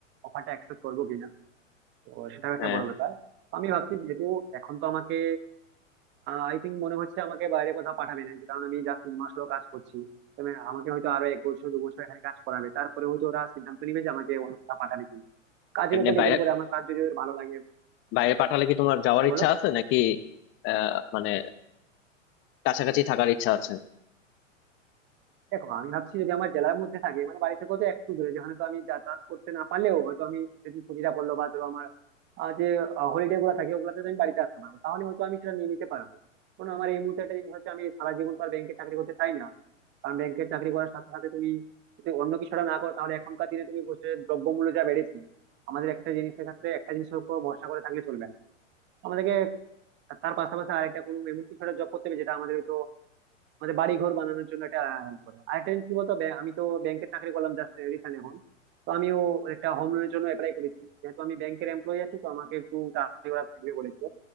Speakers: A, on the right; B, on the left.
A: অফারটা অ্যাকসেপ্ট করবো কিনা তো সেটাও একটা
B: হ্যাঁ
A: বড় ব্যাপার তো আমি ভাবছি যেহেতু এখন তো আমাকে আই থিঙ্ক মনে হচ্ছে আমাকে বাইরে কোথাও পাঠাবে না কারণ আমি যা তিন মাস হলো কাজ করছি তবে আমাকে হয়তো আরো এক বছর দু বছর এখানে কাজ করাবে তারপরে হয়তো ওরা সিদ্ধান্ত নিবে যে আমাকে অন্য কোথাও পাঠাবে কিনা কাজের
B: এমনি
A: উপর ডিপেন্ড
B: বাইরে
A: করে আমার কাজ যদি ওর ভালো লাগে
B: বাইরে পাঠালে কি তোমার যাওয়ার
A: হ্যাঁ
B: ইচ্ছা
A: বলো
B: আছে নাকি আহ মানে কাছাকাছি থাকার ইচ্ছা আছে
A: দেখো আমি ভাবছি যদি আমার জেলার মধ্যে থাকে মানে বাড়ি থেকে তো একটু দূরে যেখানে তো আমি যাতায়াত করতে না পারলেও হয়তো আমি যদি ছুটিটা বললো বা ধরো আমার আহ, যে হলিডে গুলো থাকে ওগুলোতে তো আমি বাড়িতে আসতে পারবো তাহলে হয়তো আমি সেটা নিয়ে নিতে পারবো কারণ আমার এই মুহূর্তে একটা জিনিস হচ্ছে আমি সারা জীবন তো আর ব্যাংকে চাকরি করতে চাই না কারণ ব্যাংকের চাকরি করার সাথে সাথে তুমি যদি অন্য কিছুটা না করো তাহলে এখনকার দিনে তুমি বসে দ্রব্যমূল্য যা বেড়েছে আমাদের একটা জিনিসের ক্ষেত্রে একটা জিনিসের উপর ভরসা করে থাকলে চলবে না আমাদেরকে তার পাশাপাশি আরেকটা কোনো এমন কিছু জব করতে হবে যেটা আমাদের হয়তো আমাদের বাড়ি ঘর বানানোর জন্য এটা হেল্প করে আরেকটা জিনিস কি বলতো ব্যাং- আমি তো ব্যাংকের চাকরি করলাম জাস্ট রিসেন্ট এখন তো আমিও একটা হোম লোনের জন্য অ্যাপ্লাই করেছি যেহেতু আমি ব্যাংকের এমপ্লয়ি আছি তো আমাকে একটু তাড়াতাড়ি ওরা দিবে বলেছে